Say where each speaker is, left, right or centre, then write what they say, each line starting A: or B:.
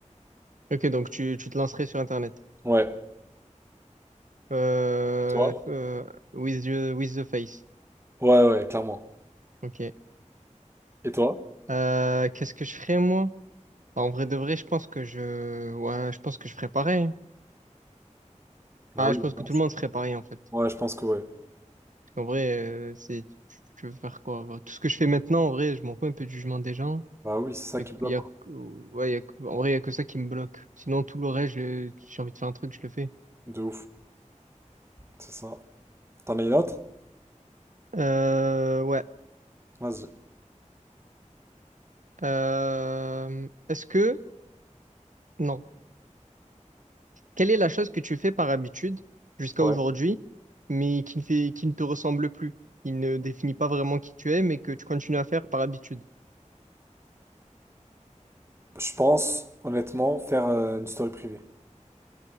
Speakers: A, on the right (about 80°); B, on the right (about 20°).
A: Ok, donc tu, tu te lancerais sur Internet.
B: Ouais.
A: Euh,
B: Et toi?
A: euh, with the, with the face.
B: Ouais, ouais, clairement.
A: Ok.
B: Et toi?
A: Euh, qu'est-ce que je ferais, moi? Bah, en vrai de vrai, je pense que je, ouais, je pense que je ferais pareil. hein.
B: Bah
A: Ah,
B: oui,
A: je pense
B: je pense.
A: que tout le monde ferait pareil, en fait.
B: Ouais, je pense que ouais.
A: Parce qu'en vrai, euh, c'est, tu tu veux faire quoi? Bah, Tout ce que je fais maintenant, en vrai, je m'en fous un peu du jugement des gens.
B: Bah oui, c'est ça
A: Y a,
B: qui bloque,
A: y a-
B: quoi.
A: ouais, y a que- en vrai, il n'y a que ça qui me bloque. Sinon, tout le reste, je le- j'ai envie de faire un truc, je le fais.
B: De ouf. C'est ça. T'en as une autre?
A: Euh, ouais.
B: Vas-y.
A: Euh, est-ce que... Non. Quelle est la chose que tu fais par habitude jusqu'à
B: Ouais.
A: aujourd'hui, mais qui ne fait, qui ne te ressemble plus, qui ne définit pas vraiment qui tu es, mais que tu continues à faire par habitude?
B: Je pense, honnêtement, faire euh, une story privée.